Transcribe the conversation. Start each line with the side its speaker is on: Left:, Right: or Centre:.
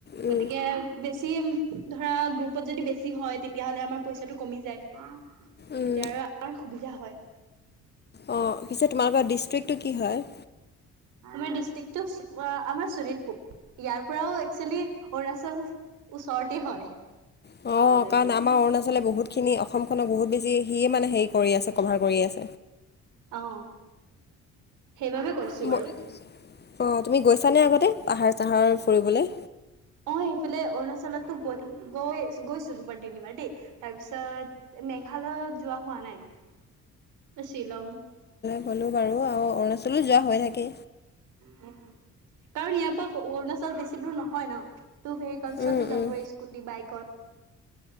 Left: উম,
Right: গতিকে বেছি ধৰা গ্ৰুপত যদি বেছি হয় তে তেতিয়াহ'লে আমাৰ পইচাটো কমি যায় তেতিয়া
Left: উম,
Right: আৰু আমাৰ সুবিধা হয়।
Left: অঁ পিছে তোমালোকৰ ডিষ্ট্ৰিক্টটো কি হয়?
Right: আমাৰ ডিষ্ট্ৰিক্টটো স আমাৰ শোণিতপুৰ। ইয়াৰ পৰাও একচুৱেলি অৰুণাচল ওচৰতে হয়।
Left: অ
Right: ক'বলৈ
Left: কাৰণ
Right: গ'লে
Left: আমাৰ অৰুণাচলে বহুতখিনি অসমখনক বহুত বেছি সিয়ে মানে হেৰি কৰি আছে কভাৰ কৰিয় আছে।
Right: অ সেইবাবে কৈছো
Left: <unintelligible>
Right: বাৰু
Left: অ তুমি গৈছানে আগতে পাহাৰ চাহাৰ ফুৰিবলৈ?
Right: মই সেইফালে অৰুণাচলতটো গৈ থাকো গৈ গৈছো দুবাৰ তিনিবাৰ দেই তাৰপিছত মেঘালয়ত যোৱা হোৱা নাই বা শ্বিলং।
Left: হ'লো বাৰু আৰু অৰুণাচলত যোৱা হৈ থাকে।
Right: কাৰণ ইয়াৰ পৰা অৰুণাচল বেছি দূৰ নহয় ন। টু ভেহিকেলছতো
Left: উম
Right: যাব
Left: উম।
Right: পাৰি স্কুটি বাইকত।